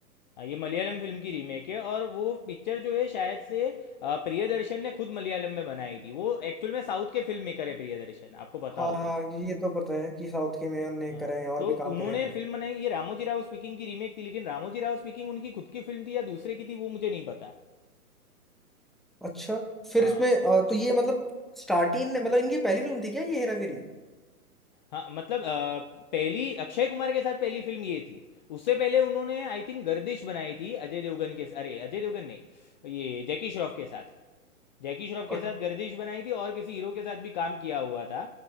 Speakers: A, on the left; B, in the centre.
A: हाँ ये मलयालम फिल्म की रीमेक है और वो पिक्चर जो है शायद से अ, प्रियदर्शन ने खुद मलयालम में बनाई थी वो एक्चुअल में साउथ के फिल्म मेकर है प्रियदर्शन आपको पता
B: हाँ
A: हो
B: हाँ
A: तो
B: ये तो पता है कि साउथ के में उनने
A: हाँ,
B: करे हैं
A: तो
B: और भी
A: उन्होंने
B: काम करे हैं उन्होंने।
A: फिल्म बनाई ये रामोजी राव स्पीकिंग की रीमेक थी लेकिन रामोजी राव स्पीकिंग उनकी खुद की फिल्म थी या दूसरे की थी वो मुझे नहीं पता
B: अच्छा फिर
A: हाँ
B: इसमें अ, तो ये मतलब स्टार्टिंग मतलब इनकी पहली फिल्म थी क्या ये हेरा फेरी
A: हाँ मतलब अ, पहली अक्षय कुमार के साथ पहली फिल्म ये थी उससे पहले उन्होंने आई थिंक गर्दिश बनाई थी अजय देवगन के अरे अजय देवगन नहीं ये जैकी श्रॉफ के साथ जैकी श्रॉफ
B: और
A: के साथ गर्दिश बनाई थी और किसी हीरो के साथ भी काम किया हुआ था